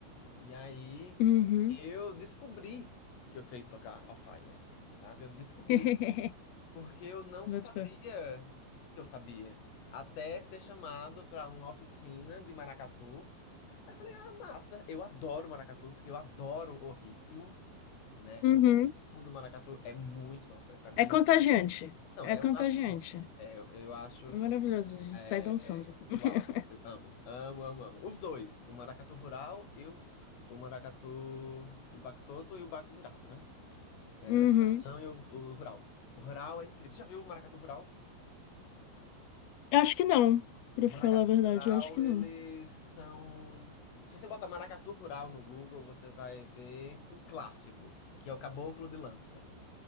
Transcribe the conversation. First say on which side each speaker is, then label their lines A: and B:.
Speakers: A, on the left; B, on the left.
A: E aí
B: Uhum.
A: eu descobri que eu sei tocar alfaia, sabe? Eu descobri
B: <laughs>
A: porque eu não
B: Boto
A: sabia
B: fé.
A: que eu sabia até ser chamado para uma oficina de maracatu. Aí eu falei, ah, massa, eu adoro maracatu porque eu adoro o ritmo, né?
B: Uhum.
A: O ritmo do maracatu é muito, nossa, para mim,
B: É contagiante.
A: não,
B: É
A: é
B: contagiante.
A: um absurdo. É, eu eu acho
B: É maravilhoso, a gente
A: é,
B: sai dançando. <laughs>
A: Uau, eu amo, amo, amo, amo. Os dois, o maracatu rural e o, o maracatu do baque solto e o baque virado, né? É,
B: Uhum.
A: o de tração e o, o rural. O rural é incrível. Já viu o maracatu rural?
B: Eu acho que não, pra
A: O maracatu
B: falar a verdade,
A: rural,
B: eu acho que
A: eles
B: não. <laughs>
A: são... Se você botar maracatu rural no Google, você vai ver um clássico, que é o caboclo de lança.